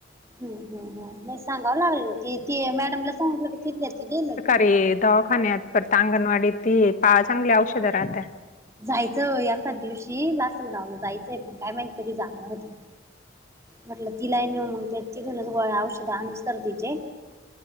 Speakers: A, on the right; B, on the left.
A: ह ह नाही सांगावं लागल त त मॅडमला सांगलं तिथ त दि
B: री दवाखान्यात परत अंगणवाडी ती चांगली औषधं राहत
A: जायचं हो एखच दिवशी लासलगावला जायचंय पण काायमा कधी जाणं होतं म्हटलं तिलाही नेऊ मग ते तिथूनच ग औषध अनुसार तिचे